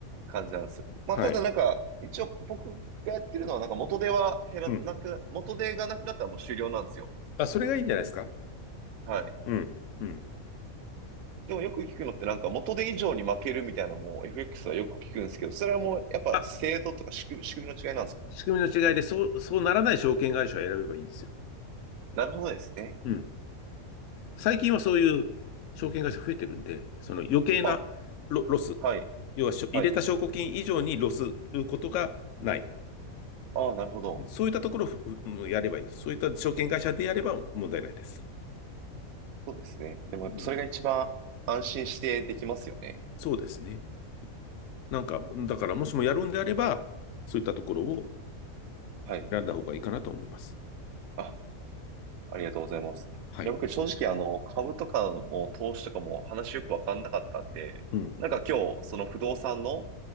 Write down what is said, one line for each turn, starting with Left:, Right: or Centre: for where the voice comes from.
Right: 感じなんですよ。まあ、
Left: はい。
Right: ただなんか、一応僕がやってるのは、なんか元手は減らなくな、
Left: うん。
Right: 元手がなくなったらもう終了なんですよ。
Left: あ、それがいいんじゃないですか。
Right: はい。
Left: うん。うん。
Right: でもよく聞くのってなんか元手以上に負けるみたいなもう FX はよく聞くんですけど、それはもうやっぱ制度とか仕組み、
Left: あ
Right: 仕組みの違いなんですか
Left: 仕組みの違いで、そう、そうならない証券会社を選べばいいんですよ。
Right: なるほどですね。
Left: うん。最近はそういう証券会社増えてるんで、その余計なロ、
Right: あ、
Left: ロス、
Right: はい、
Left: 要はしょ入れた証拠金以上にロスることがない。
Right: はい。ああ、なるほど。
Left: そういったところをふふやればいいです。そういった証券会社でやれば問題ないです。
Right: そうですね。でもやっぱそれが一番安心してできますよね。
Left: うん。そうですね。なんか、だからもしもやるんであれば、そういったところを
Right: はい。
Left: 選んだ方がいいかなと思います。
Right: あ、ありがとうございます。いや、
Left: はい。
Right: 僕正直あの、株とかも投資とかも話よくわかんなかったんで、
Left: うん。
Right: なんか今日その不動産の